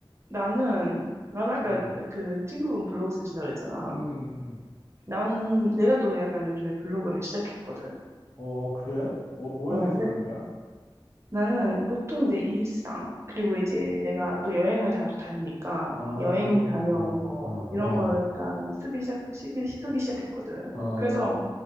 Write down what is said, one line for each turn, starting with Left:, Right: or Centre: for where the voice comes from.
Right: 나는, 난 아까
Left: 음.
Right: 그 친구분 블로그 쓰신다 그랬잖아.
Left: 음, 음.
Right: 난, 내가 또 약간 요즘에 블로그를 시작했거든.
Left: 어, 그래? 어, 뭐에
Right: 어,
Left: 대해서 하는 거야?
Right: 나는 보통 내 일상, 그리고 이제 내가 또 여행을 자주 다니니까
Left: 아,
Right: 여행
Left: 여행에,
Right: 다녀온
Left: 어,
Right: 거, 이런
Left: 어,
Right: 거를 약간 쓰기 시작, 쓰기, 쓰기 시작했거든.
Left: 어, 어,
Right: 그래서